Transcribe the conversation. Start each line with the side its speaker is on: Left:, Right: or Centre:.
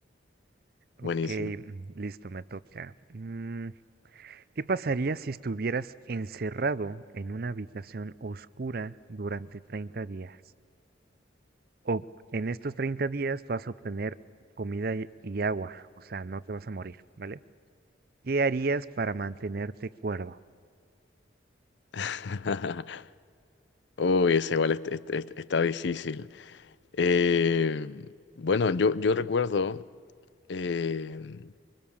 Left: Buenísimo.
Right: Ok, mm, listo, me toca. Mm, ¿Qué pasaría si estuvieras encerrado en una habitación oscura durante treinta días? O en estos 30 días vas a obtener comida y y agua, o sea, no te vas a morir, ¿vale? ¿Qué harías para mantenerte cuerdo?
Left: <laughs> Uy, ese igual est- est- est- está difícil. Eh, bueno, yo, yo recuerdo, eh,